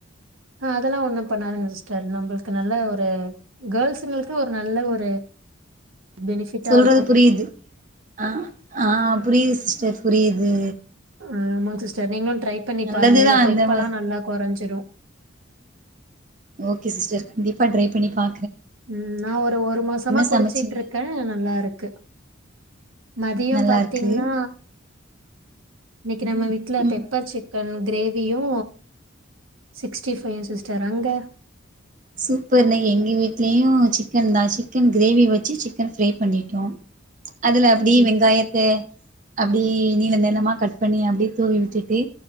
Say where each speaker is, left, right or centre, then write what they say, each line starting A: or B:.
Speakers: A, on the right (about 85°); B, on the right (about 40°).
A: அ அதல்லா ஒன்னு பண்ணாதுங்க சிஸ்டர் நம்புள்க்கு நல்ல ஒரு கேள்ஸுங்ளுக்கு ஒரு நல்ல ஒரு பெனிஃபிட்டா
B: சொல்றது
A: இருக்கும்.
B: புரியிது ஆ ஆ புரியிது சிஸ்டர் புரியிது
A: ஆமாங் சிஸ்டர் நீங்க ட்ரை பண்ணி
B: நல்லதுதா
A: பாருங்க இந்த
B: அந்த
A: தொப்பெல்லா
B: மாரி
A: நல்லா கொறஞ்சிடு
B: ஓகே சிஸ்டர் கண்டிப்பா ட்ரை பண்ணி பா
A: ம், நா ஒரு ஒரு மாசமா குடிச்சுட்டு
B: சமைச்சீங்க
A: இருக்கே நல்லா இருக்கு மதியம்
B: நல்லா
A: பாத்தீங்னா
B: இருக்கு
A: இன்னி க்கி நம்ம வீட்ல
B: ம்
A: பெப்பர் சிக்கன் கிரேவியு சிக்ஸ்டி ஃபைவ்யு சிஸ்டர் அங்க
B: சூப்பர் ந எங்க வீட்லயு சிக்கன்தா சிக்கன் கிரேவி வச்சு சிக்கன் ஃப்ரை பண்ணிட்டோ அதுல அப்டி
A: சூப்பர்.
B: வெங்காயத்த அப்டி நீள நீளமா கட் பண்ணி அப்டியே தூவி விட்டுட்டு